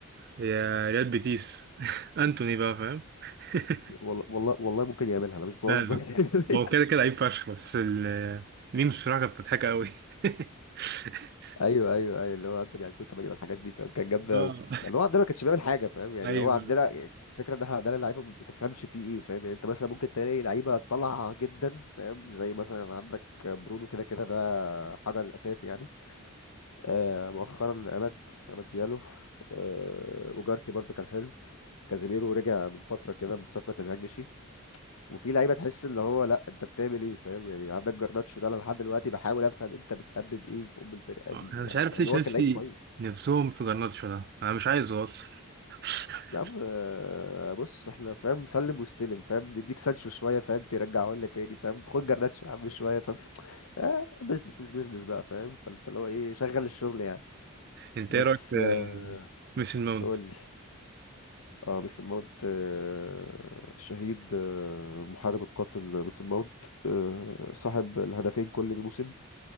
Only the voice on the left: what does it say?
والله والله والله ممكن يعملها انا مش بهزر
<laughs>
ايوه ايوه ايوه اللي هو انتوني 2008 والحاجات دي فاهم كان جامده
أوي. ما اللي هو عندنا ما كانش بيعمل حاجه فاهم يعني
هو عندنا يعني الفكره ان احنا عندنا لعيبه ما تفهمش فيه ايه فاهم يعني انت مثلا ممكن تلاقي لعيبه طالعه جدا فاهم زي مثلا عندك برونو كده كده ده حجر الاساسي يعني آه مؤخرا أمد أمد ديالو آه وجارتي برضو كان حلو كازيميرو رجع من فترة كده من ساعة ما تنهاج مشي وفي لعيبة تحس اللي هو لا أنت بتعمل إيه فاهم يعني عندك جرناتشو ده أنا لحد دلوقتي بحاول أفهم أنت بتهبب إيه في أم الفرقة
دي يعني
مع إن
هو
كان لعيب كويس
يا عم آه، بص احنا فاهم سلم واستلم فاهم نديك سانشو شوية فاهم ترجعه لنا تاني فاهم خد جرناتشو يا عم شوية فاهم آه بزنس از بزنس بقى فاهم فانت اللي هو ايه شغل الشغل يعني
بس
آه
قول لي اه ميس ماونت آه، الشهيد آه، محارب القاتل ميس ماونت آه، صاحب الهدفين كل موسم